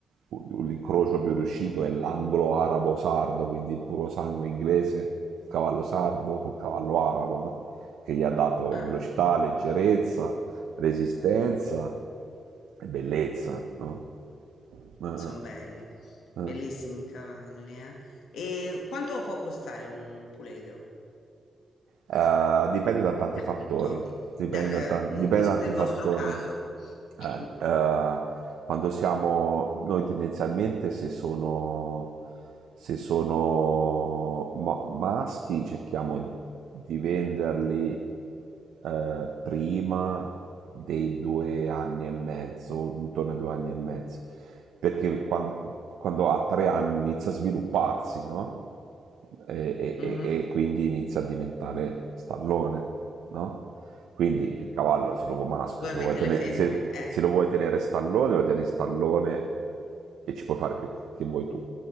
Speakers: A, on the right; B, on the left.
A: l'incrocio più riuscito è l'anglo-arabo-sardo, quindi il puro sangue inglese, cavallo sardo con cavallo arabo, no? che gli ha dato
B: Ah,
A: velocità, leggerezza, resistenza bellezza, no? Eh, eh.
B: sono belli,
A: Eh,
B: bellissimi i cavalli, eh. E quanto può costare un puledro?
A: Eh, dipende da tanti
B: appunto,
A: fattori,
B: di-
A: dipende
B: dal,
A: da, tan-
B: in
A: dipende
B: ques-
A: da tanti
B: nel
A: fattori.
B: vostro caso. <clears throat>
A: Eh, eh, quando siamo noi tendenzialmente se sono, se sono ma- maschi cerchiamo di venderli eh, prima dei due anni e mezzo, intorno ai due anni e mezzo, perché quan- quando, ha tre anni inizia a svilupparsi, no? e,
B: Mhm.
A: e- e quindi inizia a diventare stallone, no? Quindi il cavallo se lo vuoi maschio,
B: Voi
A: se
B: avete
A: lo vuoi tenere,
B: le femmine,
A: se,
B: eh,
A: se lo vuoi tenere stallone, lo tieni stallone e ci puoi fare che, che vuoi tu.